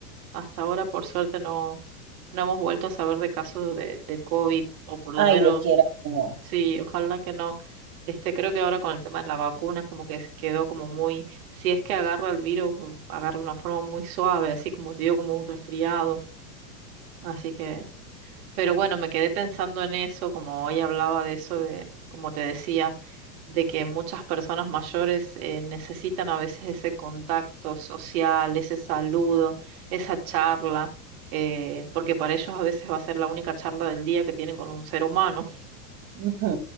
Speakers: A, on the right; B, on the right.
A: Hasta ahora, por suerte, no, no hemos vuelto a saber de casos de, de COVID, o por
B: Ay,
A: lo menos,
B: Dios quiera que no.
A: sí, ojalá que no. Este, creo que ahora con el tema de la vacuna es como que se quedó como muy, si es que agarra el virus, o agarra de una forma muy suave, así como te digo, como un resfriado. Así que pero bueno, me quedé pensando en eso, como hoy hablaba de eso, de, como te decía, de que muchas personas mayores eh, necesitan a veces ese contacto social, ese saludo, esa charla, eh, porque para ellos a veces va a ser la única charla del día que tienen con un ser humano. <laughs>
B: Ujú,